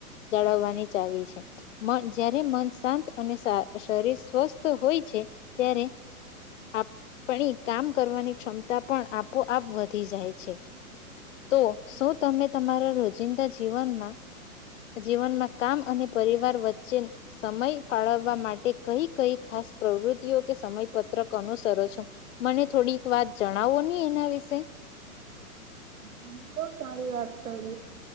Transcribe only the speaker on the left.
જાળવવાની ચાવી છે જ્યારે મન શાંત અને શરીર સ્વસ્થ હોય છે ત્યારે આ પણણી કામ કરવાની ક્ષમતા પણ આપોઆપ વધી જાય છે તો શું તમે તમારા રોજિંદા જીવનમાં જીવનમાં કામ અને પરિવાર વચ્ચે સમય ફાળવવા માટે કઈ કઈ ખાસ પ્રવૃત્તિઓ કે સમયપત્રક અનુસરો છો. મને થોડીક વાત જણાવો ની એના વિશે.